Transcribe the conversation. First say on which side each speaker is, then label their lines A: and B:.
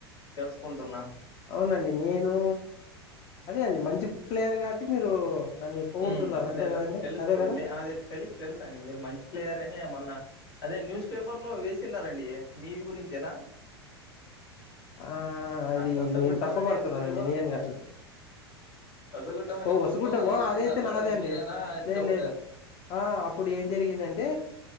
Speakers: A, on the left; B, on the left.
A: తెల్సుకుంటున్నా
B: అవునండి నేను అదే అండి మంచి ప్లేయర్ కాబట్టి మీరు నన్ను పొగుడుతున్నారు
A: ఉమ్ అదే
B: అంతే కదండి
A: తెలుసు
B: అదే కదా
A: అదే తెలుసు తెలుసు అండి మీరు మంచి ప్లేయరే అని మొన్న అదే న్యూస్ పేపర్లో వేసున్నారన్డి మీ గురించేనా
B: ఆ అది
A: హొసగుడ్డం
B: మీరు తప్పబడుతున్నారండి
A: అనే ఊర్లో
B: నేను గాదు
A: హొసగుడ్డం అనే
B: ఓ వసుగుడ్డ
A: ఊర్లో
B: ఒ
A: వేసిన్నారు
B: అదైత్ తే నాదేన్డి
A: అది మీరేనా అని
B: లేదు
A: డౌట్
B: లేదు ఆ అప్పుడు ఏం జరిగిందంటే